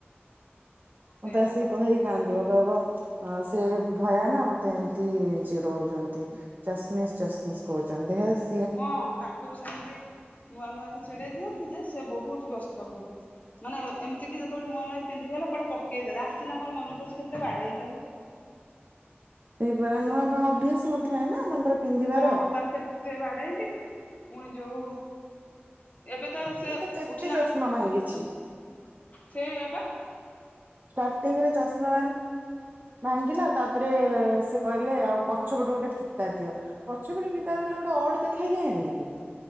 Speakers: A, on the right; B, on the left.
A: ମୁଁ
B: ସେଇଆପା।
A: ତ ଆସିକି କହିକି କାଦିବ କହିବ ଅ ସେ ଭୟାନ ମତେ ଏମିତି ଚିଡଉଛନ୍ତି ଚଷମିସ୍ ଚଷମିଶ। ଚନ୍ଦେବସେ।
B: ହଁ ତାକୁ ବି ସେମିତି ନୂଆ ନୂଆ କି ଚଛିଡେଇ ଦିଅନ୍ତୁ ଯେ ସେ ବହୁତ ବ୍ୟସ୍ତ ହୁଏ। ପ ମାନେ ଏମିତି କି ଯେତେବେଳେ ନୂଆ ନୂଆ ପିନ୍ଧି ଗଲା କୋଟେ ପକେଇଦେଲା ଆସିଲା ମୋର ମନ ପଡଚଛି କେତେ ବାଡ ହେଇଲି ତାକୁ।
A: ସେଇପରା ନୂଆ ନୂଆ ଅଭ୍ୟାସ ନଥାଏ ନା ତାଙ୍କର। ପିନ୍ଧିବାର
B: ହଁ ତାକୁ କେତେ ବାଡେଇଲି ପୁଣି ଯୋଉ। ଏବେ ତ ସେ
A: ଇଏ କେତେ
B: ଉଠିଲା
A: ଚଷମା
B: ମା
A: ଭାଙ୍ଗିଛି
B: ସେଇ ଆପା।
A: ଷ୍ଟାର୍ଟିଂରେ ଚଷମା ଭାଙ୍ଗିଲା ତାପରେ ସେ କହିଲେ ଆଉ ପଛ ଗୋଟେ ଗୋଟେ ଫୀତା ଦିଅ ପଛ ପଟେ ଫିତା ଦେଲେ ଗୋଟେ ଅଡ ଦେଖାଯାଏନି କି?